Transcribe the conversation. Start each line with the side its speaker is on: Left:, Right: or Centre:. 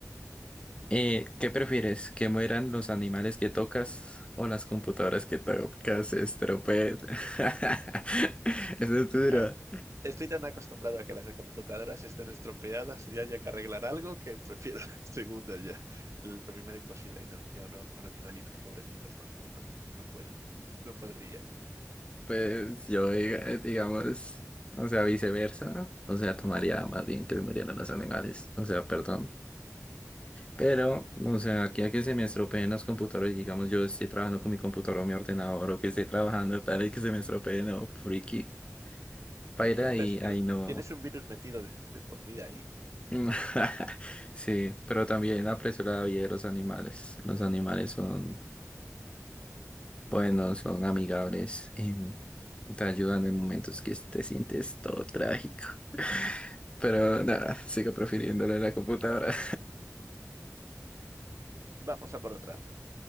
Left: Eh, ¿qué prefieres? ¿Que mueran los animales que tocas o las computadoras que tocas se estropeen? <laughs> Eso es duro.
Right: Em, estoy tan acostumbrado a que las computadoras estén estropeadas y haya que arreglar algo que prefiero <laughs> la segunda ya. El primero imposible. No, yo no, con animalitos pobrecitos, no, no, no, no puedo. No podría.
Left: Pues yo, diga- eh, digamos, o sea, viceversa. O sea, tomaría más bien que murieran los animales. O sea, perdón. Pero, o sea, aquí a que se me estropeen los computadores, digamos, yo estoy trabajando con mi computador o mi ordenador o que estoy trabajando tal y que se me estropeen o friki. Paila, ahí,
Right: Pero si tienes,
Left: ahí no.
Right: tienes un virus metido de, de por vida ahí,
Left: Mm, <laughs> Sí, pero también aprecio la vida de los animales. Los animales son buenos, son amigables y te ayudan en momentos que te sientes todo trágico. <laughs> Pero nada, sigo prefiriéndole la computadora.
Right: vamos a por otra.